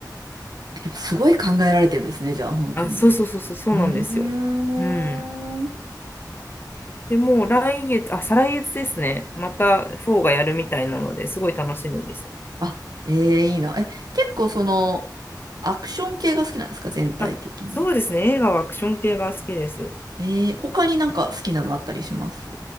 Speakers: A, on the right (about 65°); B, on the left (about 30°).
A: やっぱすごい考えられてるんですね、じゃあ、本当に。
B: あ、そうそうそうそう、そうなんですよ。
A: うーん。
B: うん。で、もう来月、あ、再来月ですね。また4がやるみたいなので、すごい楽しみです。
A: あ、ええいいな。え、結構その、アクション系が好きなんですか、全体的に。
B: あ、そうですね。映画はアクション系が好きです。
A: ええ他になんか好きなのあったりします